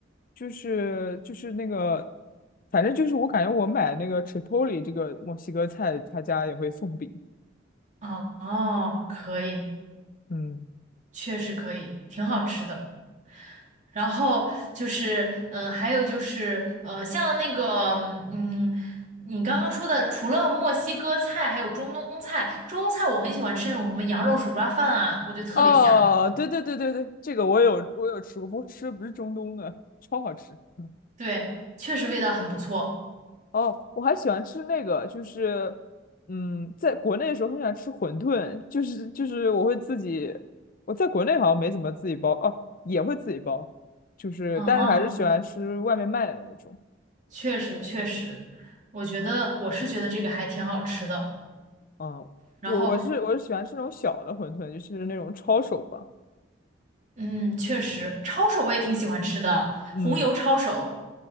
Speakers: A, on the left; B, on the right.
A: 就是就是那个，反正就是我感觉我买那个 Chipotle 这个墨西哥菜，他家也会送饼。
B: 哦哦，可以，
A: 嗯，
B: 确实可以，挺好吃的。然后就是，嗯、还有就是，呃，像那个，嗯，你刚刚说的，除了墨西哥菜，还有中东菜。中东菜我很喜欢吃那种什么羊肉手抓饭啊，我觉得特别香。
A: 哦，对对对对对，这个我有我有吃过，不过吃的不是中东的，<laughs> 超好吃。嗯
B: 对，确实味道很不错。
A: 哦，我还喜欢吃那个，就是，嗯，在国内的时候很喜欢吃馄饨，就是就是我会自己，我在国内好像没怎么自己包，哦，也会自己包，就是但是还是喜欢吃外面卖的那种。
B: 嗯，确实确实，我觉得我是觉得这个还挺好吃的。
A: 嗯，
B: 然后，
A: 我我是我是喜欢吃那种小的馄饨，就是那种抄手吧。
B: 嗯，确实，抄手我也挺喜欢吃的，
A: 嗯
B: 红油抄手。